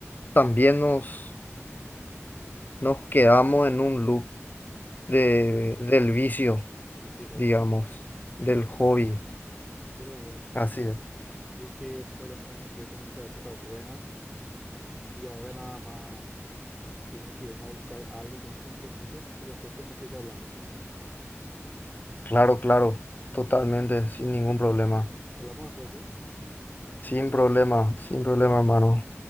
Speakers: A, on the left; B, in the centre.
A: también nos, nos quedamos en un loop
B: Y
A: de,
B: sí,
A: del vicio,
B: y sí realmente.
A: digamos, del hobby.
B: Pero bueno,
A: Así es,
B: yo creo que por lo menos me quedo con esa época buena. Y ahora nada más tengo que irme a buscar algo, tengo un compromiso, pero después podemos seguir hablando.
A: claro, claro, totalmente, sin ningún problema.
B: Hablamos después, ¿sí?
A: Sin problema, sin problema, hermano.